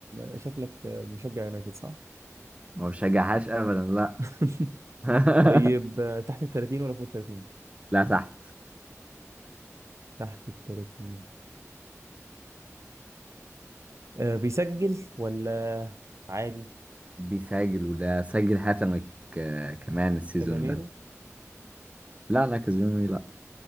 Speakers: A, on the right; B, on the right.
A: آه، شكلك آه، مشجع يونايتد صح
B: ما بشجعهاش ابدا لا
A: <laughs>
B: <laughs>
A: طيب آه، تحت ال 30 ولا فوق ال 30
B: لا تحت
A: تحت ال 30 آه بيسجل ولا عادي
B: بيسجل وده سجل هاتريك آه، كمان السيزون
A: كازاميرو
B: ده لا لا كازيميرو لا